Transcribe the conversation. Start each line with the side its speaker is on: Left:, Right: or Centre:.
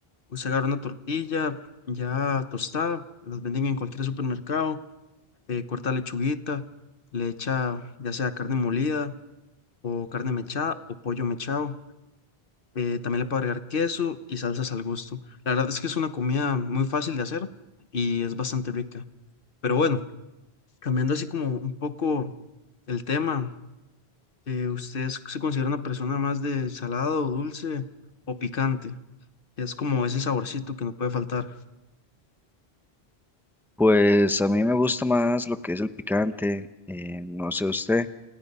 Left: Usted agarra una tortilla ya tostada, las venden en cualquier supermercado, eh, corta lechuguita, le echa ya sea carne molida o carne mechada o pollo mechado. eh, también le puede agregar queso y salsas al gusto. La verdad es que es una comida muy fácil de hacer y es bastante rica. Pero bueno, cambiando así como un poco el tema, eh, ¿usted es- se considera una persona más de salado, dulce o picante? Es como ese saborcito que no puede faltar.
Centre: Pues a mí me gusta más lo que es el picante, eh, no sé usted,